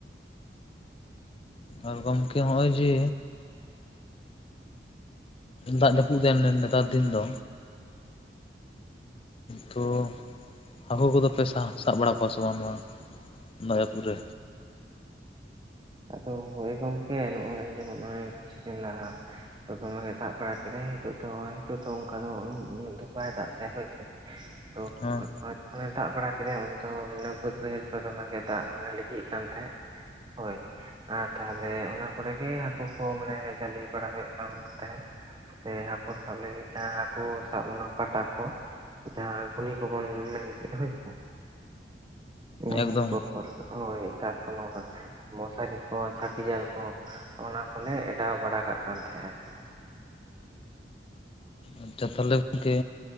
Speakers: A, on the left; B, on the right.
A: ᱟᱨ ᱜᱚᱢᱠᱮ ᱦᱚᱜᱼᱚᱭ ᱡᱮᱼᱼ ᱫᱟᱜ ᱡᱟᱹᱯᱩᱫ ᱫᱤᱱ ᱱᱮᱛᱟᱨ ᱫᱤᱱ ᱫᱚᱼᱼ ᱛᱚ ᱦᱟᱹᱠᱩ ᱠᱚᱫᱚ ᱯᱮ ᱥᱟᱵ ᱥᱟᱵ ᱵᱟᱲᱟ ᱠᱚᱣᱟ ᱥᱮ ᱵᱟᱝ ᱱᱚᱣᱟᱼᱼ ᱫᱟᱜ ᱡᱟᱯᱩᱜ ᱨᱮᱼᱼ
B: ᱟᱫᱚ ᱦᱳᱭ ᱜᱚᱝᱠᱮ ᱱᱚᱜᱚᱭ ᱡᱮᱢᱚᱱ ᱱᱚᱜ ᱠᱤᱪᱷᱩ ᱫᱤᱱ ᱞᱟᱦᱟᱼᱼ ᱫᱚᱢᱮᱜᱮ ᱫᱟᱜ ᱵᱟᱲᱟ ᱠᱮᱫᱟᱭ ᱱᱤᱛᱚᱜ ᱫᱚ ᱱᱤᱛᱚᱜ ᱫᱚ ᱚᱱᱠᱟ ᱫᱚ ᱩᱱᱟ. ᱜ ᱫᱚ ᱵᱟᱭ ᱫᱟᱜ ᱮᱫᱟ ᱦᱳᱭᱥᱮ᱾ ᱛᱚ
A: ᱦᱮᱸ
B: <unintelligible> ᱚᱱᱮ ᱫᱟᱜ ᱵᱟᱲᱟ ᱠᱮᱫᱟᱭ ᱩᱱᱫᱚ ᱢᱟᱱᱮ ᱵᱟᱹᱫᱽ ᱵᱟᱹᱭᱦᱟᱹᱲ ᱠᱚ ᱨᱮ ᱫᱚᱢᱮᱜᱮ ᱫᱟᱜ ᱞᱤᱡᱤᱜ ᱠᱟᱱ ᱛᱟᱦᱮᱸᱫᱼᱼ ᱦᱳᱭ ᱟᱨ ᱛᱟᱦᱚᱞᱮ ᱚᱱᱟ ᱠᱚᱨᱮ ᱜᱮ ᱦᱟᱠᱩ ᱠᱚ ᱢᱟᱱᱮ ᱡᱟᱹᱞᱤ ᱵᱟᱲᱟ ᱦᱩᱭᱩᱜ ᱠᱟᱱ ᱛᱟᱦᱮᱸᱫ᱾ ᱥᱮ ᱦᱟᱹᱠᱩ ᱥᱟᱵ ᱞᱟᱹᱜᱤᱫ ᱡᱟᱦᱟᱸ ᱦᱟᱹᱠᱩ ᱥᱟᱵ ᱯᱟᱴᱟ ᱠᱚᱼᱼ ᱡᱟᱦᱟᱸ ᱜᱷᱩᱱᱤ ᱠᱚᱵᱚᱱ ᱢᱮᱱ ᱠᱮᱭᱟ ᱦᱳᱭᱥᱮᱼᱼ ᱜᱩᱱᱤ
A: ᱮᱠᱫᱚᱢ
B: ᱠᱚᱚᱨ ᱦᱳᱭ ᱛᱟᱨ <unintelligible> ᱢᱚᱥᱟᱨᱤ ᱠᱚ ᱪᱷᱟᱠᱤ ᱡᱟᱞ ᱠᱚ ᱚᱱᱟ ᱠᱚᱞᱮ ᱮᱰᱟᱣ ᱵᱟᱲᱟ ᱠᱟᱜ ᱠᱟᱱ ᱛᱟᱦᱮᱸᱱᱟ ᱟᱨᱠᱤᱼᱼ
A: ᱟᱪᱪᱷᱟ ᱛᱟᱦᱚᱞᱮ ᱜᱚᱝᱠᱮᱼᱼ